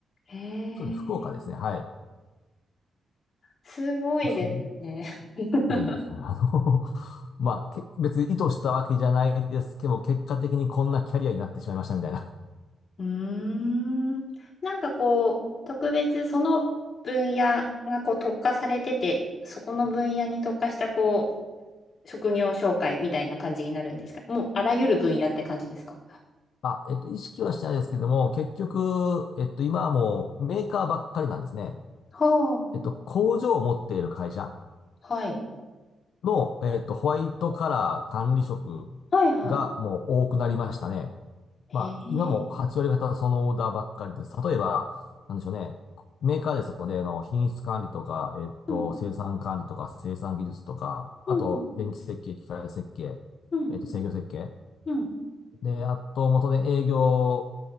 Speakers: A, on the left; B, on the left.
A: へ
B: そうですね、
A: え。
B: 福岡ですね。はい。
A: すごいですね。
B: あそん
A: <laughs>
B: いえいえ、あの <laughs> まあ、け別に意図したわけじゃないですけど、結果的にこんなキャリアになってしまいましたみたいな
A: うーん。なんかこう、特別その分野がこう特化されてて、そこの分野に特化したこう、職業紹介みたいな感じになるんですかもうあらゆる分野って感じですか
B: あ、えっと、意識はしてないですけども、結局、えっと、今はもうメーカーばっかりなんですね。
A: は
B: えっと、工場を持っている会社
A: あ、はい。
B: の、えっと、ホワイトカラー管理職
A: はいはい。
B: がもう多くなりましたね。
A: へえ。
B: まあ、今も8割方そのオーダーばっかりです。例えば、なんでしょうね。メーカーですので、あの、品質管理とか、えっと、
A: うん、
B: 生産管理とか、生産技術とか、
A: うん、
B: あと、
A: うん、
B: 電気設計、機械設計、
A: うん、
B: えっと、制御設計。
A: うん、
B: で、あと、元で営業